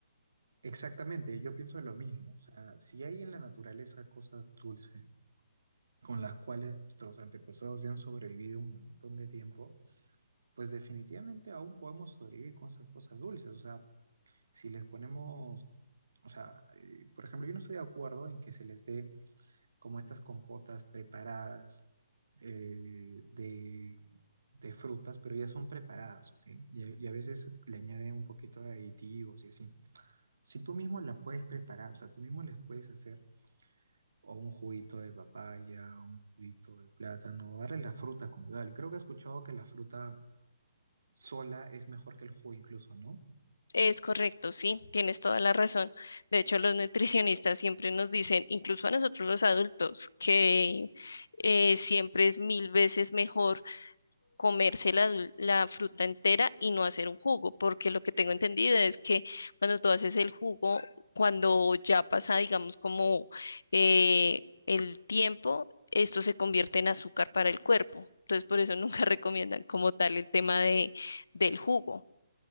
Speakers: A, on the right; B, on the left.
A: exactamente, yo pienso lo mismo. O sea, si hay en la naturaleza cosas dulces con las cuales nuestros antepasados ya han sobrevivido un montón de tiempo, pues definitivamente aún podemos sobrevivir con esas cosas dulces. O sea, si les ponemos, o sea, eh, por ejemplo, yo no estoy de acuerdo en que se les dé como estas compotas preparadas eh, de, de frutas, pero ya son preparadas, ¿ok? Y, a y a veces le añaden un poquito de aditivos y así. Si tú mismo la puedes preparar, o sea, tú mismo les puedes hacer o un juguito de papaya, o un juguito de plátano, darle la fruta como tal. Creo que he escuchado que la fruta sola es mejor que el jugo incluso, ¿no?
B: Es correcto, sí, tienes toda la razón. De hecho, los nutricionistas siempre nos dicen, incluso a nosotros los adultos, que eh, siempre es mil veces mejor comerse la, dul- la fruta entera y no hacer un jugo, porque lo que tengo entendido es que cuando tú haces el jugo, cuando ya pasa, digamos, como eh, el tiempo, esto se convierte en azúcar para el cuerpo. Entonces, por eso nunca <laughs> recomiendan como tal el tema de, del jugo.